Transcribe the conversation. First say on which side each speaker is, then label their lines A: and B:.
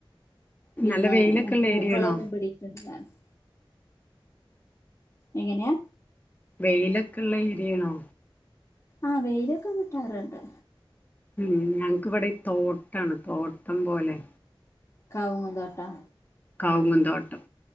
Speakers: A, on the left; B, on the left.
A: പിന്നെ
B: നല്ല വെയിലൊക്കെ
A: ഇങ്ങനെ
B: ഉള്ള
A: പൂക്കളൊന്നും
B: ഏരിയാണോ
A: <unintelligible> എങ്ങനെയാ
B: വെയിലൊക്കെള്ള ഈര്യാണോ
A: ആ വെയിലൊക്കെ കിട്ടാറുണ്ട്
B: ഉം ഞങ്ങക്ക് ഇവിടെ തോട്ടാണ് തോട്ടം പോലെ
A: കവുങ്ങ്തോട്ടാ
B: കവുങ്ങ്ന്തോട്ടം